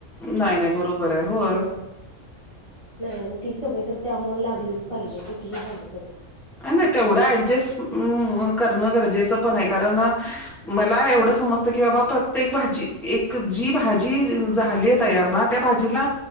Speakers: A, in the centre; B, on the left.
A: नाय नाय बरोबराय होय.
B: हो. नाही आणि ती सवय तर त्यामुळे लागलीच पाहिजे कितीही झालं तरी
A: अ नाय तेवढं ऍडजस्ट करणं गरजेचं पण आहे कारण मला एवढं समजतं की बाबा प्रत्येक भाजी एक जी भाजी झालीय तयार ना त्या भाजीला